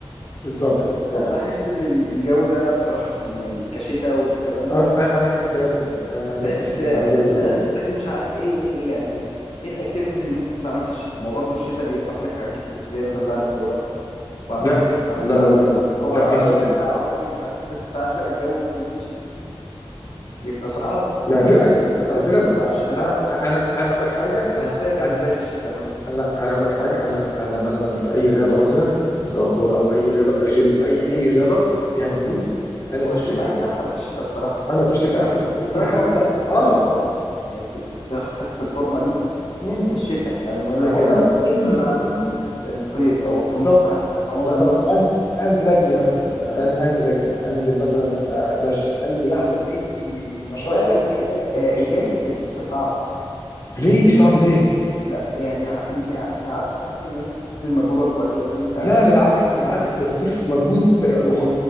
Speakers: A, on the left (about 35°); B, on the left (about 80°).
A: بالظبط
B: بس
A: بالظبط
B: انا بحس ان ال- الجو ده بصراحه احسن يعني كشتاء والكلام ده
A: انا انا نفس الكلام والله انا انا
B: بس
A: نفس الكلام
B: آه،
A: انا زيك بالظبط
B: انا بالنسبه لي مش عارف ايه ايه إيه يعني ايه الاكتيفيتي اللي ممكن تتعمل في الشتاء ما هو برضه الشتاء بيوقف لك حاجات كتير زي مثلا لعب الكوره بعض
A: لا
B: الاحيان ما بتعرفش
A: لا
B: تلعب
A: لا لا
B: كوره هو
A: لا
B: اه
A: مين
B: يقول
A: قال لي
B: لك ساعه اوروبي ومش عارف ايه بس ساعات لا الجو مثلا يشتي ويبقى صعب
A: نادرا
B: لدرجه ان انت
A: نادرا
B: ما ت- ما تعرفش
A: ما
B: تلعب
A: انا انا انا اقول لك حاجه انا
B: هتسافر
A: انا
B: ازاي في الشتاء مثلا
A: انا انا اقول لك حاجه انا انا مثلا في اي رياضه مثلا سواء كوره او اي رياضه أي جيم اي اي رياضه فيها مجهود انا
B: هو
A: في
B: الجيم
A: الشتاء
B: اكيد احسن في الشتاء بصراحه
A: انا في الشتاء
B: يعني
A: احسن بكتير
B: خد بالك
A: حتى
B: معظم الناس بتعمل
A: اه
B: فورمه يعني ب- بتاخد حته الفورمه دي
A: امم
B: في الشتاء يعني يقول
A: ما
B: لك
A: انا بقول
B: انا
A: لك
B: اعمل إيه
A: اي
B: انا
A: مجهود
B: اعمل فورمه ال- الصيف او فورمه
A: بالظبط
B: الساحل بس هم
A: بالظبط
B: بيعملوها في الشتاء
A: انزل انزل اجري مثلا أن- انزل اجري انزل مثلا أت- اتمشى انزل اعمل اي نشاط
B: خد بالك
A: اي <laughs>
B: آه،
A: مش-
B: الجري في الشتاء صعب
A: ليه صعب ليه
B: لا يعني <laughs> ما تعرفش تحس ان انت بتبذل مجهود اكبر كده بيبقى
A: لا بالعكس بالعكس ده الصيف مجهود مخ-